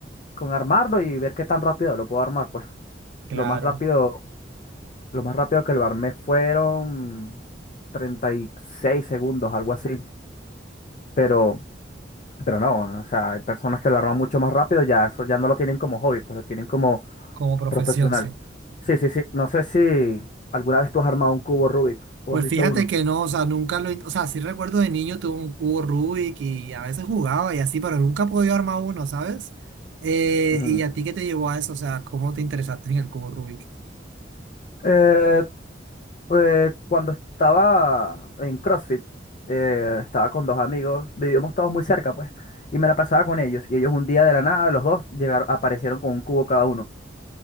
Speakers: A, on the left; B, on the right.
A: con armarlo y ver qué tan rápido lo puedo armar. Pues
B: claro,
A: lo más rápido, lo más rápido que lo armé fueron 36 segundos, algo así. Pero Pero no, o sea, hay personas que lo arman mucho más rápido, ya eso ya no lo tienen como hobby, pues lo tienen como
B: como profesión,
A: profesional.
B: sí.
A: Sí, sí, sí. No sé si alguna vez tú has armado un cubo Rubik o
B: Pues
A: has visto
B: fíjate
A: uno.
B: que no, o sea, nunca lo, in- o sea, sí recuerdo de niño tuve un cubo Rubik y a veces jugaba y así, pero nunca he podido armar uno, ¿sabes? Eh,
A: Mm.
B: ¿y a ti qué te llevó a eso? O sea, ¿cómo te interesaste en el cubo Rubik?
A: Eh, eh, cuando estaba en CrossFit, eh, estaba con dos amigos, vivíamos todos muy cerca, pues, y me la pasaba con ellos. Y ellos un día de la nada, los dos llegaron, aparecieron con un cubo cada uno.